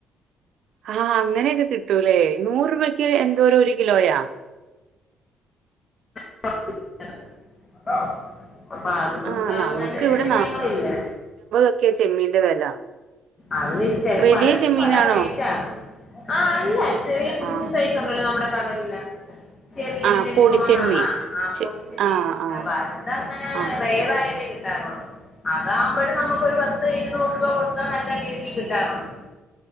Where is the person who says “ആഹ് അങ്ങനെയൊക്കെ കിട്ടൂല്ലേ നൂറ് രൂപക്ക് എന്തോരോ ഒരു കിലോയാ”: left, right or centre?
Right